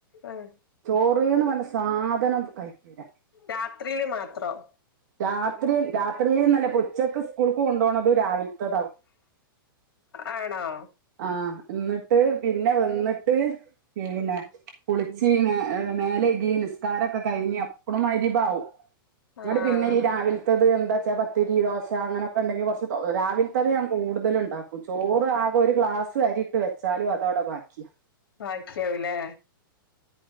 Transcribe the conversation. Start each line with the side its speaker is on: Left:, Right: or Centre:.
Left: ഉം
Right: ചോ ബ് ന്ന് പർഞ്ഞ സാ തനം കഴിക്കുല
Left: രാത്രിയില് മാത്രം
Right: രാത്രി രാത്രിന്നല്ല പുച്ചക്ക് സ്കൂൾക്ക് കൊണ്ടണത് രാവിലത്തതകും
Left: ആണോ
Right: ആഹ് എന്നിട്ട് പിന്നെ വന്നി ട്ട് പിന്നെ പുളിച്ചീന ങ് മേലെ കി നിസ്കാരൊക്കെ കഴിഞ്ഞ് അപ്പളും മഅ്രിഭാവും ങ്ങട്ട്
Left: ആഹ്
Right: പിന്നെ ഈ രാവിലത്തത് എന്താച് ചവ ത്തിരി ദോശ അങ്ങനെക്കെ ഉണ്ടെങ്കിൽ കൊറച്ച് രാവിൽത്തന്നെ ഞാൻ കൂടുതലും ഉണ്ടാക്കും ചോറ് ആകെ ഒരു ഗ്ലാസ് അരിയിട്ട് വെച്ചാലും അത അവിടെ ബാക്കിയ
Left: ബാക്കിയാവൂലേ